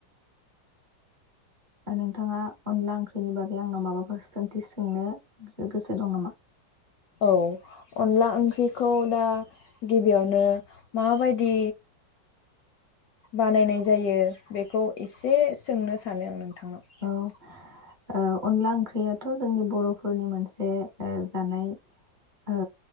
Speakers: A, on the right; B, on the left.
A: नोंथाङा अनला ओंख्रिनि बागै आंनाव माबाफोर सोंथि सोंनो गोसो दं नामा?
B: औ अनला ओंख्रिखौ दा गिबियावनो माबायदि बानायनाय जायो बेखौ एसे सोंनो सानो आं
A: औ
B: <unintelligible>
A: ओ अनला ओंख्रियाथ' जोंनि बर'फोरनि मोनसे ओ जानाय ओ